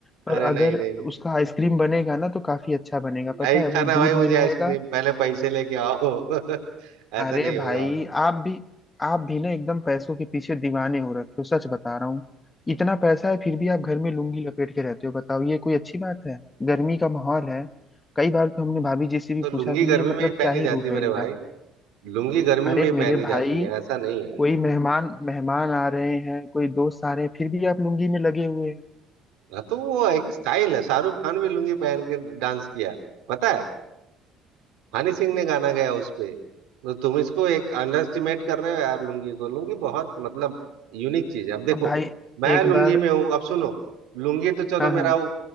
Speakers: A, on the left (about 25°); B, on the right (about 75°).
A: पर
B: अरे
A: अगर
B: नहीं नहीं नहीं
A: उसका आइसक्रीम बनेगा ना तो काफी अच्छा बनेगा
B: नहीं
A: पता है
B: खाना
A: वो
B: भाई
A: दूध
B: मुझे
A: मिलाएगा
B: आइसक्रीम पहले पैसे लेके आओ <laughs> ऐसा
A: अरे
B: नहीं होगा
A: भाई आप भी आप भी ना एकदम पैसों के पीछे दीवाने हो रखे हो सच बता रहा हूँ इतना पैसा है फिर भी आप घर में लुंगी लपेट के रहते हो बताओ ये कोई अच्छी बात है गर्मी का माहौल है कई बार तो हमने भाभी जी से भी
B: तो
A: पूछा
B: लुंगी
A: कि
B: गर्मी
A: ये
B: में
A: मतलब
B: ही पहनी
A: क्या ही
B: जाती
A: रूप
B: है मेरे
A: है इनका
B: भाई लुंगी गर्मी
A: अरे
B: में ही
A: मेरे
B: पहनी जाती
A: भाई
B: है ऐसा नहीं है
A: कोई मेहमान मेहमान आ रहे हैं कोई दोस्त आ रहे हैं फिर भी आप लुंगी में लगे हुए हैं
B: हाँ, तो वो एक स्टाइल है शाहरुख खान भी लुंगी पहन के डांस किया पता है हनी सिंह ने गाना गाया उस पे तो तुम इसको एक अंडरस्टिमेट कर रहे हो यार लुंगी को लुंगी बहुत मतलब यूनिक चीज है अब देखो
A: अब भाई
B: मैं
A: एक
B: लुंगी
A: बार
B: में हूँ अब सुनो लुंगी तो चलो
A: हाँ
B: मेरा
A: हाँ